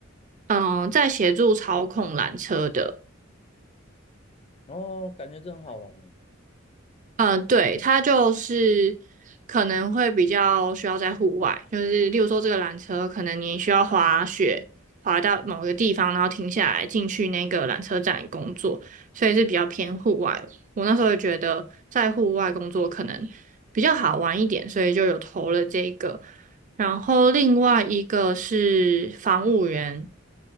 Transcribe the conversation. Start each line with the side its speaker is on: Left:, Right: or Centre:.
Right: 嗯、呃在协助操控缆车的，
Left: 哦，感觉这很好玩诶
Right: 嗯，呃对，它就是可能会比较需要在户外，就是例如说这个缆车，可能你需要滑雪，滑到某个地方，然后停下来进去那个缆车站工作，所以是比较偏户外。我那时候就觉得在户外工作可能比较好玩一点，所以就有投了这个。然后另外一个是防务员，